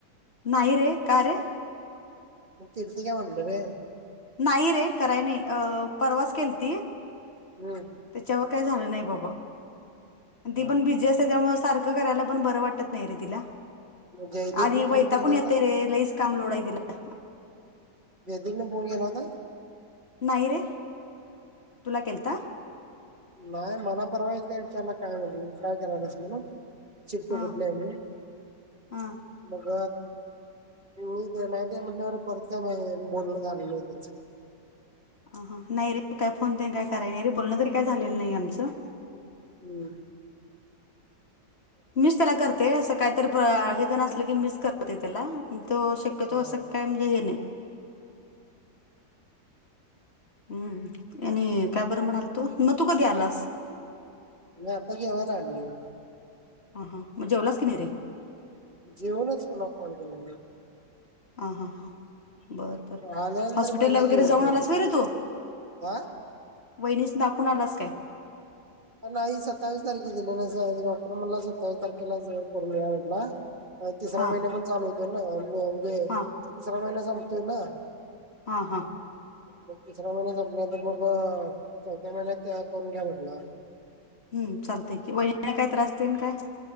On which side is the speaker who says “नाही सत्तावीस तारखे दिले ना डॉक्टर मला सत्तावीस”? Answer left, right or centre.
Right